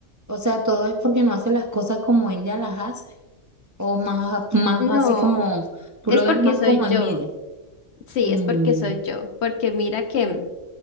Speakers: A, on the right (about 20°); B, on the left (about 60°).
A: o sea, todo es porque no hace las cosas como ella las hace, o más, más
B: no,
A: así como, tú
B: es
A: lo ves
B: porque
A: más
B: soy
A: como envidia,
B: yo. Sí,
A: mm,
B: es porque soy yo, porque mira que...